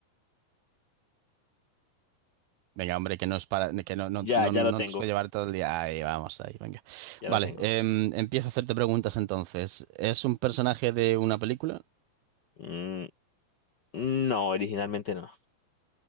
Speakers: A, on the right; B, on the left.
A: Venga, hombre, que no es para, que no, no,
B: Ya,
A: no,
B: ya
A: no
B: lo tengo,
A: nos va a llevar todo el día. Ahí vamos, ahí, venga.
B: ya
A: Vale,
B: lo tengo.
A: em, empiezo a hacerte preguntas entonces. ¿Es un personaje de una película?
B: Mm, no, originalmente no.